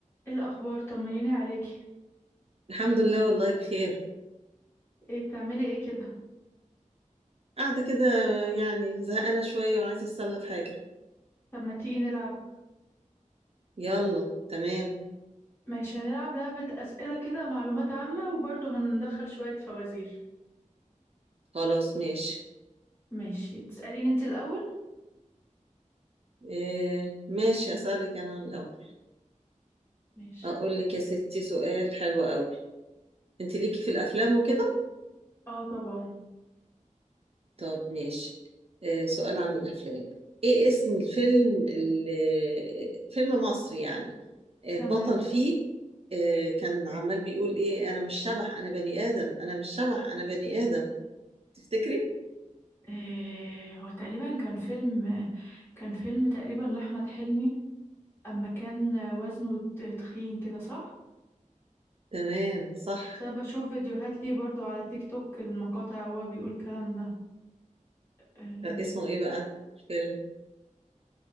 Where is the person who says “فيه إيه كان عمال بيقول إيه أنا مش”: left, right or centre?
Right